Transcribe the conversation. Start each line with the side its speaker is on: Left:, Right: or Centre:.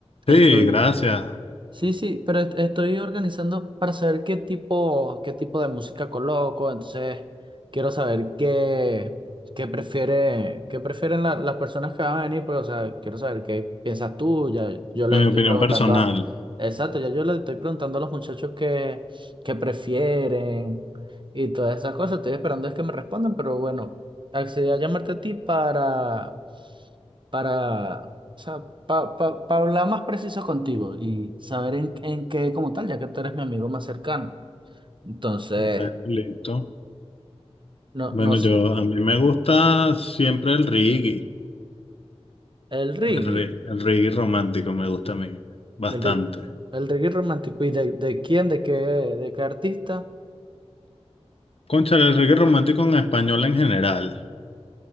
Right: esto,
Left: Sí, gracias.
Right: Sí, sí, pero est- estoy organizando para saber qué tipo, qué tipo de música coloco, entonces quiero saber qué, qué prefiere, qué prefieren la- las personas que van a venir, pues, o sea, quiero saber qué piensas tú, ya yo les
Left: Mi
Right: estoy
Left: opinión
Right: preguntando,
Left: personal.
Right: a- exacto, ya yo les estoy preguntando a los muchachos qué, qué prefieren y todas esas cosas, estoy esperando es que me respondan, pero bueno, accedí a llamarte a ti para para, o sea, para hablar más preciso contigo y saber en, en qué como tal, ya que tú eres mi amigo más cercano. Entonces,
Left: Bueno, listo.
Right: no,
Left: Bueno,
Right: no sé,
Left: yo a mí me gusta siempre el reggae,
Right: el reggae,
Left: el, re- el reggae romántico me gusta a mí bastante.
Right: el reggae, el reggae romántico, ¿y de, de quién, de qué, de qué artista?
Left: Cónchale, el reggae romántico en español en general.